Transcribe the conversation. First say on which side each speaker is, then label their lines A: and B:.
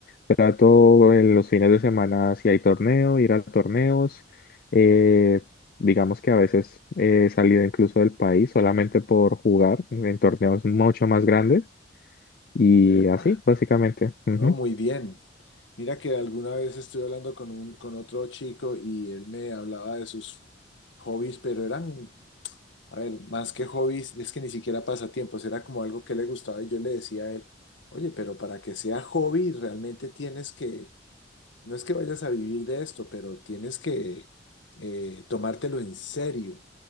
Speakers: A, on the left; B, on the left.
A: trato en los fines de semana si hay torneo, ir a torneos. eh, digamos que a veces he salido incluso del país solamente por jugar en torneos mucho más grandes y
B: Epa,
A: así, básicamente. Ujú.
B: no, muy bien. Mira que alguna vez estuve hablando con un, con otro chico y él me hablaba de sus hobbies, pero eran, a ver, más que hobbies, es que ni siquiera pasatiempos, era como algo que le gustaba y yo le decía a él, oye, pero para que sea hobby realmente tienes que No es que vayas a vivir de esto, pero tienes que eh, tomártelo en serio.